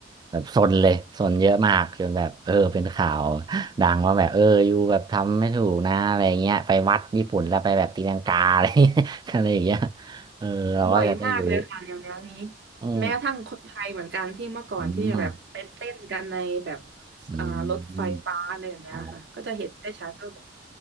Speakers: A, on the right; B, on the right.
A: แบบซนเลยซนเยอะมากจนแบบเออเป็นข่าวดังว่าแบบเอออยู่แบบทำไม่ถูกนะอะไรอย่างเงี้ยไปวัดญี่ปุ่นแล้วไปแบบตีลังกาอะไร <laughs> อะไรอย่างเงี้ยเออเราก็จะได้รู้
B: บ่อยมากเลยค่ะเดี๋ยวนี้
A: อืม
B: แม้กระทั่งคนไทยเหมือนกันที่เมื่อก่อนที่จะแบบไปเต้นกันในแบบ
A: อืม อืม
B: อ่ารถไฟฟ้าอะไรอย่างเนี้ยค่ะก็จะเห็นได้ชัดว่าแบบ
A: อ๋อ